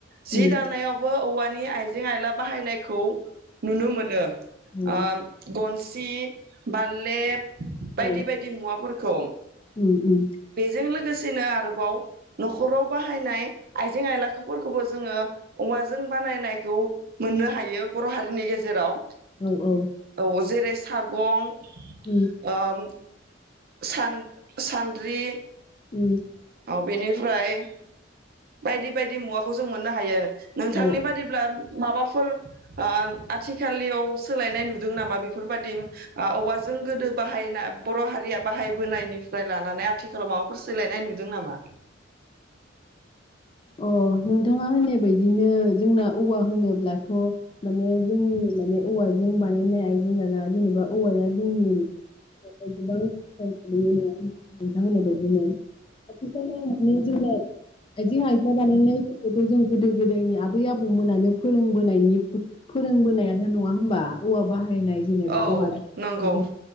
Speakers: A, on the right; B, on the left.
A: जि
B: उम
A: दानायावबो औवान नि आइजें आइला बाहायनायखौ नुनो मोनो।
B: मोनो औ
A: आम गन सि बाललेब बायदि
B: औ
A: बायदि मुवाफोरखौ
B: औ
A: बेजों लोगोस थिनो आरोबाव न'खराव बाहाय नाय आइजें आइला फोरखौबो जोङो औवाजों बानायनायखौ मोननो हायो बर' हारि नि गेजेराव
B: औ ओ
A: औ जेरै सागं
B: उम
A: ओम सान सानद्रि
B: उम
A: अ बेनिफ्राय बायदि बायदि मुवाखौ जों मोननो हायो। नोंथांनि
B: औ
A: बादिब्लाम माबाफोर ओम आथिखालनियाव सोलायनाय नुदों नामा बेफोरबादि ओ औवाजों गोदो बाहायना बर' हारिया बाहायबोनायनिफ्राय लानानै आथिखालाव माबाफोर सोलायनाय नुदों नामा?
B: अ नोंथाङा होननाय बायदिनो जोंना औवा होनोब्लाथ' माने जोंनि माने औवाजों बानायनाय आइजें आला जेनेबा औवाया जोंनि नाथाय गोबां गोहोम खोलैयो नोङा होमबा नोंथां होननाय बायदिनो आथिखालाव माने जोंना आयजें आइ ना बानायनायफोर अरजों जों गोदो गोदायनि आबै आबौमोनानो फोरोंबोनायनिब ओ फोरोंबोनायानो नङा होमबा औवा बा बाहायनाय जेनेबा
A: औ
B: औवा
A: नंगौ
B: बैदि